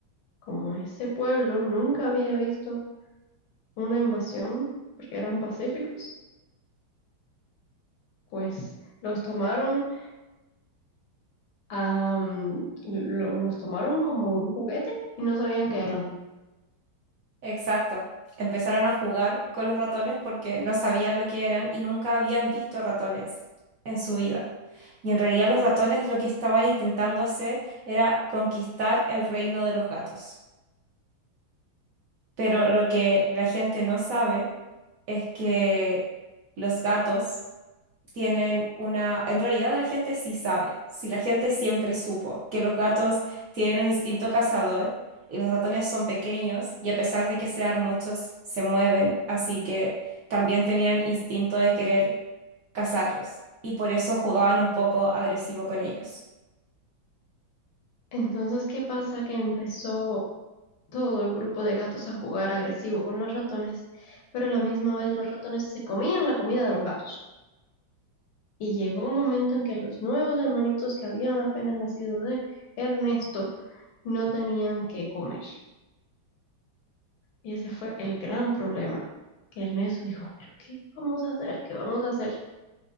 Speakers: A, on the left; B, on the right.
A: Como este pueblo nunca había visto una invasión porque eran pacíficos, pues los tomaron, a, lo- los tomaron como un juguete y no sabían qué eran.
B: Exacto. Empezaron a jugar con los ratones porque no sabían lo que eran y nunca habían visto ratones en su vida. Y en realidad los ratones lo que estaban intentando hacer era conquistar el reino de los gatos. Pero lo que la gente no sabe es que los gatos tienen una... En realidad la gente sí sabe, si la gente siempre supo que los gatos tienen un instinto cazador y los ratones son pequeños y a pesar de que sean muchos, se mueven, así que también tenían instinto de querer cazarlos y por eso jugaban un poco agresivo con ellos.
A: Entonces, ¿qué pasa? Que empezó todo el grupo de gatos a jugar agresivo con los ratones, pero a la misma vez los ratones se comían la comida de los gatos. Y llegó un momento en que los nuevos hermanitos que habían apenas nacido de Ernesto no tenían que comer. Y ese fue el gran problema, que Ernesto dijo, pero ¿qué vamos a hacer? ¿Qué vamos a hacer